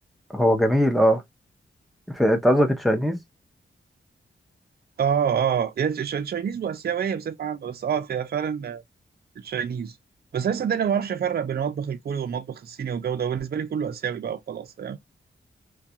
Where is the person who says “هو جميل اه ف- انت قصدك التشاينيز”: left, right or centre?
Centre